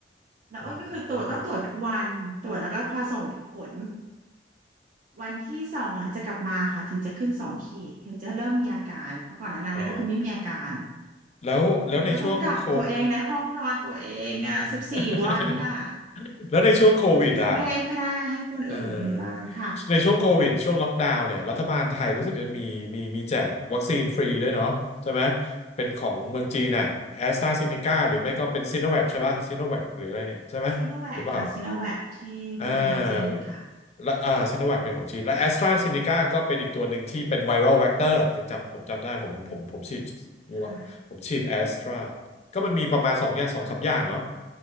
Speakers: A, on the right (about 45°); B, on the left (about 35°).
A: แล้วอ้นก็คือตรวจต้องตรวจทุกวันตรวจแล้วก็พอส่งผล
B: อืม
A: วันที่สองหลังจากกลับมาค่ะถึงจะขึ้นสองขีดถึงจะเริ่มมีอาการเพราะก่อนหน้านั้นก็คือไม่มีอาการ
B: อ๋อแล้วแล้วในช่วงโค
A: แล้วก็ต้องกักตัวเองในห้องนอนตัวเองอ่ะสิบสี่วันน่ะ
B: เออ <laughs> แล้วในช่วงโควิดอ่ะ
A: เพื่อที่จะไม่ให้แพร่ให้คนอื่นในบ้านค่ะ
B: เอ่อในช่วงโควิดช่วงล็อกดาวน์เนี่ยรัฐบาลไทยรู้สึกจะมีมีมีแจกวัคซีนฟรีด้วยเนาะใช่ไหมเป็นของเมืองจีนน่ะแอสตราเซเนกาหรือไม่ก็เป็นซิโนแวคใช่ป่ะซิโนแวคหรืออะไรเนี่ยใช่ไหมหรือเปล่า
A: ซีโนแวคค่ะซีโนแวคที่เป็นของจีนค่ะ
B: อ่าและอ่าซิโนแวคเป็นของจีนและแอสตราเซเนกาก็เป็นอีกตัวหนึ่งที่เป็นไวรัลแว c เตอร์จำจำผมจำได้ผมผมผมฉีดวัวผมฉีดแอสตรา
A: ค่ะ
B: ก็มันมีประมาณสองอย่างสองสามอย่างเนาะ
A: ค่ะ